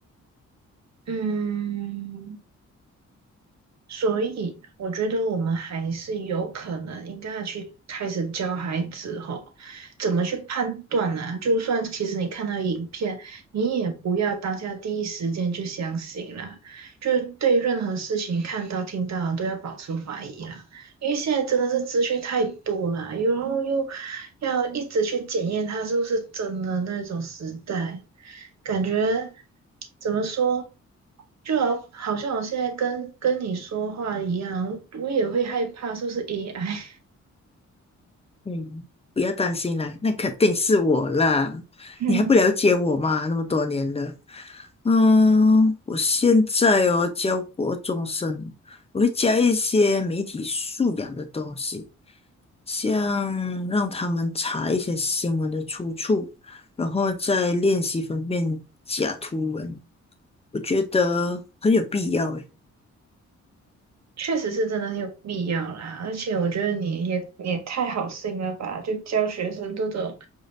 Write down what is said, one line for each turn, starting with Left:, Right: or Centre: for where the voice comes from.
Right: 嗯，所以我觉得我们还是有可能应该要去开始教孩子吼，怎么去判断啊？就算其实你看到影片，你也不要当下第一时间就相信啦，就是对任何事情看到听到都要保持怀疑啦，因为现在真的是资讯太多了，然后又要一直去检验它是不是真的那种时代，感觉怎么说，就好好像我现在跟跟你说话一样，我也会害怕是不是 AI。
Left: 嗯，不要担心啦，那肯定是我啦。
Right: <laughs> 嗯，
Left: 你还不了解我嘛？那么多年了，嗯，我现在哦教国中生，我会加一些媒体素养的东西，像让他们查一些新闻的出处，然后再练习分辨假图文，我觉得很有必要诶。
Right: 确实是真的很有必要啦，而且我觉得你也你也太好心了吧，就教学生这种，